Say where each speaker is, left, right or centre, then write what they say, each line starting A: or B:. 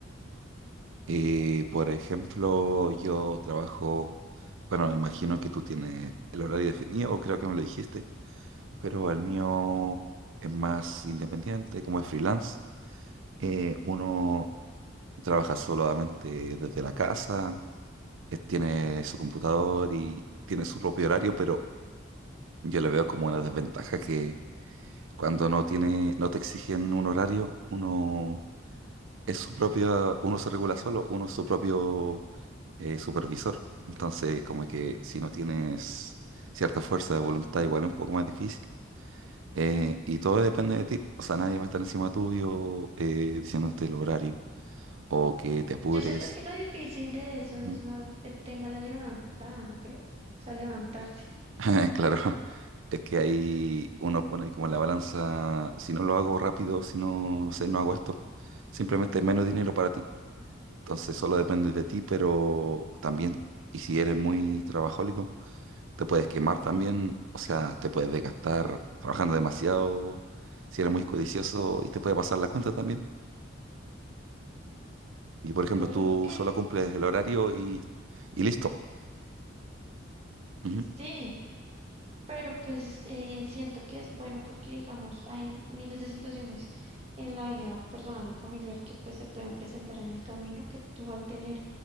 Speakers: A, on the right; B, on the right.
A: Y por ejemplo, yo trabajo, bueno, me imagino que tú tienes el horario definido, o creo que me lo dijiste, pero el mío es más independiente, como es freelance. Eh, uno trabaja solamente desde la casa, eh, tiene su computador y tiene su propio horario, pero yo le veo como una desventaja que cuando no tiene, no te exigen un horario, uno es su propia, uno se regula solo, uno es su propio eh, supervisor. Entonces, como que si no tienes cierta fuerza de voluntad, igual es un poco más difícil. Eh, y todo depende de ti. O sea, nadie va a estar encima tuyo eh, diciéndote el horario o que te apures.
B: Yo siento que lo difícil de eso
A: Ujú.
B: es más el tema de la levantada, ¿no crees? O sea, levantarse.
A: <laughs> Claro, es que ahí uno pone como la balanza, si no lo hago rápido, si no, no sé, no hago esto, simplemente menos dinero para ti. Entonces solo depende de ti, pero también, y si eres muy trabajólico, te puedes quemar también, o sea, te puedes desgastar trabajando demasiado, si eres muy codicioso y te puede pasar la cuenta también. Y por ejemplo,
B: Pero
A: tú
B: porque
A: solo cumples el horario y, y listo. Ujú.
B: sí. Pero pues eh, siento que es bueno porque, digamos, hay miles de situaciones en la vida personal y familiar que pues se pueden presentar en el camino, que tú al tener